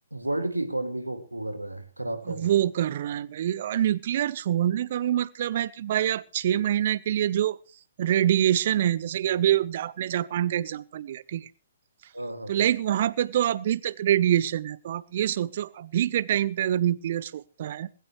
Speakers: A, on the right; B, on the right.
A: वर्ल्ड की इकोनॉमी को वो कर रहा है खराब कर
B: वो
A: रहा है
B: कर रहे हैं भाई और न्यूक्लियर छोड़ने का भी मतलब है कि भाई आप छह महीने के लिए जो रेडिएशन है जैसे कि अभी आपने जापान का एग्जांपल लिया ठीक है
A: हाँ हाँ
B: तो लाइक वहां पे तो अभी तक रेडिएशन है तो आप ये सोचो अभी के टाइम पे अगर न्यूक्लियर छोड़ता है